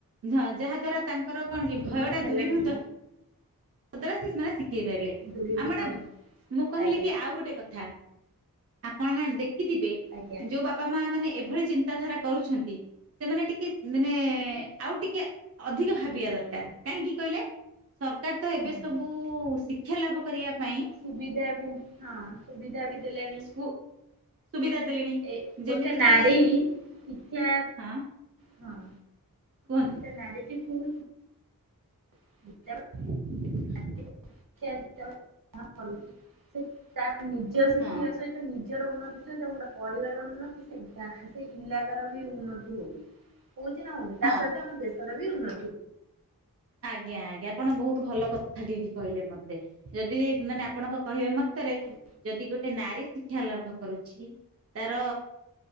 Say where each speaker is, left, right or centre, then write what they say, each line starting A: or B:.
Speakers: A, on the right; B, on the right.
A: ହଁ ଯାହା ଦ୍ଵାରା ତାଙ୍କର କଣ କି ଭୟ
B: ଉନ୍ନତି
A: ଟା
B: ହେଲାଣି
A: ଦୂରୀଭୂତ। ହବା ଦ୍ଵାରା ସେ ସେମାନେ ଶିଖେଇ ପାରିଲେ
B: ଦୂରୀଭୂତ
A: ଆଉ ମ୍ୟାଡାମ ମୁଁ କହିଲି
B: ଆଜ୍ଞା
A: କି ଆଉ ଗୋଟେ କଥା। ଆପଣ ମାନ ଦେଖିଥିବେ
B: ଆଜ୍ଞା
A: ଯୋଉ ବାପା ମା ମାନେ ଏଭଳି ଚିନ୍ତାଧାରା କରୁଛନ୍ତି। ସେମାନେ ଟିକେ ମାନେ ଆଉ ଟିକେ ଅଧିକ ଭାବିବା ଦରକାର କାହିଁକି କହିଲେ। ସରକାର ତ
B: ହଁ
A: ଏବେ ସବୁ ଶିକ୍ଷା ଲାଭ କରିବା ପାଇଁ।
B: ସୁବିଧା ବି ହଁ ସୁବିଧା ବି ଦେଲେଣି।
A: କୁ ସୁବିଧା ଦେଲେଣି
B: ଏ ଗୋଟେ
A: ଯେମିତି
B: ନାରୀ
A: କିି
B: ଶିକ୍ଷା
A: ହଁ।
B: ହଁ
A: କୁହନ୍ତୁ
B: ଗୋଟେ ନାରୀଟି କୁ ହଁ <unintelligible>
A: ଆଁ।
B: ଶିକ୍ଷା ଯେତେବେଳେ ଗ୍ରହଣ କରୁଛି ସେ ତାର ନିଜ ଶିଖିବା
A: ହଁ
B: ସହିତ ନି ନିଜର ଉନ୍ନତି ସହିତ ଗୋଟେ ପରିବାର ଉନ୍ନତି, ସେ ଗାଁ ସେଇ ଇଲାକାର ର ବି ଉନ୍ନତି ହଉ ହଉଚି ନା ହଉନି ତା
A: ହଁ
B: ସହିତ ଆମ ଦେଶର ବି ଉନ୍ନତି
A: ଆଜ୍ଞା ଆଜ୍ଞା ଆପଣ ବହୁତ ଭଲ କଥା ଟିଏ ଏଠି କହିଲେ ମୋତେ। ଯଦି ମାନେ ଆପ ଆପଣଙ୍କ କହିବା ମତରେ
B: ହଉଛି
A: ଯଦି ଗୋଟେ ନାରୀ ଶିକ୍ଷା ଲାଭ କରୁଛି ତାର